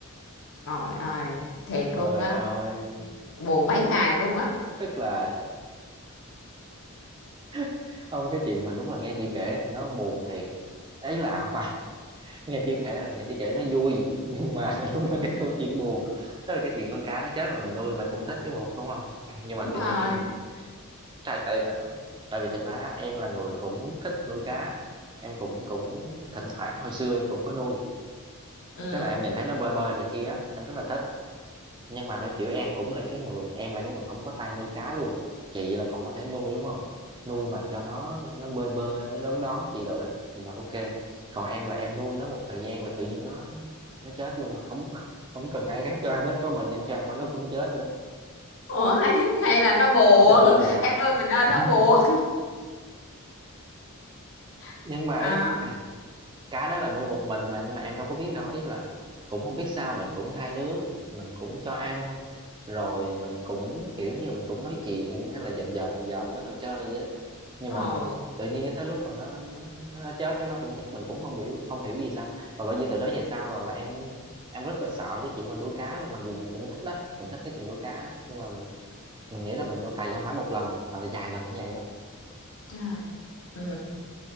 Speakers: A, on the left; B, on the right.
A: trời ơi thiệt
B: Trời
A: luôn á
B: ơi,
A: buồn mấy ngày luôn á
B: tức là <laughs> không cái chuyện mà đúng là nghe chị kể thì nó buồn thiệt. Ấy là không phải, <laughs> nghe chị kể là nghe chị kể nó vui, nhưng mà <laughs> đúng là cái câu chuyện buồn. Tức là cái chuyện con cá nó chết mà mình nuôi mình cũng thích chứ bộ, đúng không? <clears throat> Nhưng
A: đúng
B: mà tự
A: rồi
B: nhiên cái mình tại tại tại tại vì thật ra em là người cũng thích nuôi cá. Em cũng cũng thỉnh thoảng hồi xưa em cũng có nuôi.
A: ừ
B: Tức là em nhìn thấy nó bơi bơi này kia, á, em rất là thích. nhưng mà theo kiểu em cũng là cái người em là cái người không có tay nuôi cá luôn chị là còn có thể nuôi đúng không nuôi mà cho nó nó bơi bơi nó đón đón chị rồi đó là ok còn em là em nuôi nó một thời gian là tự nhiên nó nó chết luôn à không <laughs> không cần ai khác cho ăn hết có mình em cho ăn mà nó cũng chết nữa
A: ủa hay, hay là nó buồn
B: cho nên là
A: em nuôi mình ơn
B: <laughs>
A: nó buồn <laughs>
B: nhưng mà
A: à
B: ấy cá đó là nuôi một mình mà nhưng mà em đâu có biết đâu ý là cũng không biết sao mình cũng thay nước mình cũng cho ăn rồi mình cũng kiểu như là mình cũng nói chuyện hay là dòm dòm dòm dòm nó đồ chơi vậy đó nhưng
A: ồ
B: mà tự nhiên cái tới lúc mà nó nó, nó chết cái nó cũng chết mình cũng không hiểu không hiểu gì sao mà bởi vì từ đó về sau rồi là em em rất là sợ cái chuyện mình nuôi cá luôn mặc dù mình cũng thích đó mình thích cái chuyện nuôi cá đó nhưng mà mình mình nghĩ là mình nuôi tại vì không phải một lần mà là vài lần như vậy rồi
A: trời ừ